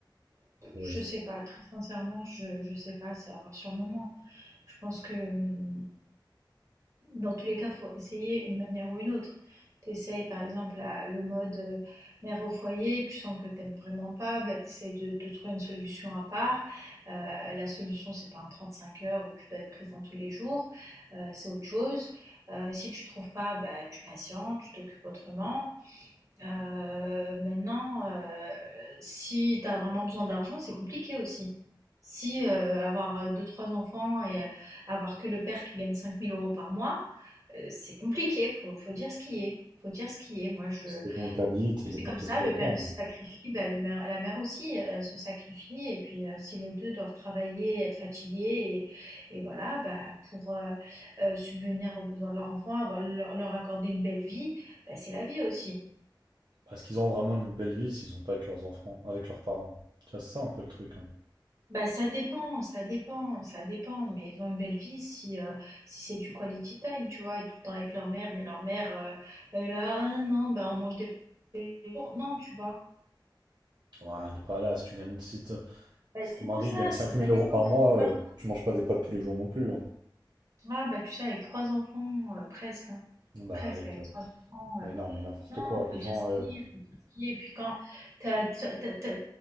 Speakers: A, on the right (about 60°); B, on the right (about 40°).
A: le reste?
B: Je sais pas, très sincèrement, je je sais pas, c'est à voir sur le moment. Je pense que, mmh, dans tous les cas, faut essayer une manière ou une autre. Tu par exemple la le mode, heu, mère au foyer, tu sens que t'aimes vraiment pas, bah, tu de de trouver une solution à part. Heu, la solution, c'est pas un 35 heures où tu dois être présent tous les jours, heu, c'est autre chose. Heu, si tu trouves pas, bah, tu patientes, tu t'occupes autrement. Heu, maintenant, heu, si tu as vraiment besoin d'argent, c'est compliqué aussi. Si, heu, avoir, euh, deux trois enfants et heu, avoir que le père qui gagne cinq mille euros par mois, heu, c'est compliqué, faut faut dire ce qui est, faut dire ce qui est. Moi je
A: Ça dépend où tu habites, ça
B: c'est
A: dépend
B: comme
A: de
B: ça,
A: ta situation,
B: le père il se
A: mais
B: sacrifie, bah, le mère la mère aussi, elle se sacrifie et puis, heu, si les 2 doivent travailler, être fatigués et et voilà, bah, pour, heu heu, subvenir aux besoins de leur enfant, avoir leur leur accorder une belle vie, bah, c'est la vie aussi.
A: Est-ce qu'ils ont vraiment une belle vie s'ils sont pas avec leurs enfants, avec leurs parents? Tu vois, c'est ça un peu le truc, hein.
B: Bah, ça dépend, ça dépend, ça dépend, mais ils ont une belle vie si, euh, si c'est du quality time, tu vois, être tout le temps avec leur mère, mais leur mère, euh, elle a un an, bah, on mange des pour Non, tu vois.
A: Ouais, on n'est pas là, si tu gagnes, si te
B: Bah,
A: si
B: c'est
A: ton mari
B: pour ça,
A: gagne
B: c'est,
A: cinq
B: ça
A: mille
B: dépend
A: euros par
B: de la
A: mois,
B: situation.
A: heu, tu manges pas des pâtes tous les jours non plus, hein.
B: Ah, bah, tu sais, avec trois enfants, euh, presque, hein,
A: Bah
B: presque,
A: arrête.
B: avec
A: euh.
B: trois enfants.
A: Mais non, mais n'importe
B: Non,
A: quoi.
B: il
A: Les
B: faut dire
A: gens.
B: ce
A: euh,
B: qui est, faut dire ce qui est. Puis quand t'as- t'as- t'as- t'as-